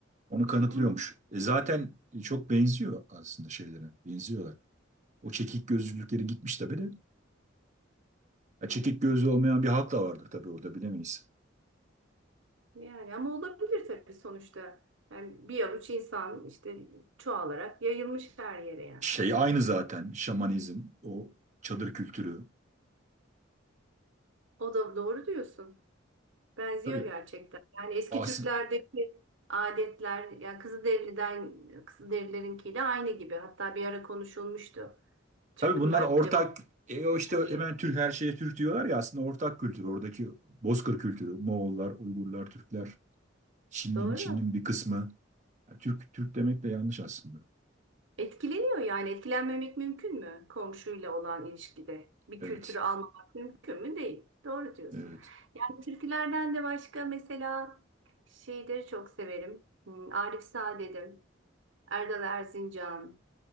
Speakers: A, on the right; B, on the right.
A: onu kanıtlıyormuş.
B: Hı.
A: E zaten çok benziyor aslında şeylere. Benziyorlar. O çekik gözlülükleri gitmiş tabii de. Ya çekik gözlü olmayan bir halk da vardır tabii orada bilemeyiz.
B: Yani ama olabilir tabii sonuçta. Yani bir avuç insan işte çoğalarak yayılmış her yere yani.
A: Şey aynı zaten şamanizm, o çadır kültürü.
B: O da doğru diyorsun. Benziyor
A: Tabii.
B: gerçekten. Yani eski
A: As
B: Türklerdeki adetler ya Kızılderili'den Kızılderililerinkiyle aynı gibi. Hatta bir ara konuşulmuştu. Türk
A: Tabii bunlar
B: mü
A: ortak
B: acaba
A: e, o işte
B: diye.
A: hemen Türk her şeye Türk diyorlar ya aslında ortak kültür oradaki Bozkır kültürü Moğollar, Uygurlar, Türkler, Çin'in
B: Doğru.
A: Çin'in bir kısmı. Ya Türk Türk demek de yanlış aslında.
B: Etkileniyor yani etkilenmemek mümkün mü komşuyla olan ilişkide? Bir
A: Evet.
B: kültürü almamak mümkün mü? Değil. Doğru diyorsun.
A: Evet.
B: Yani türkülerden de başka mesela şeyleri çok severim. Hmm, Arif Saadet'im, Erdal Erzincan.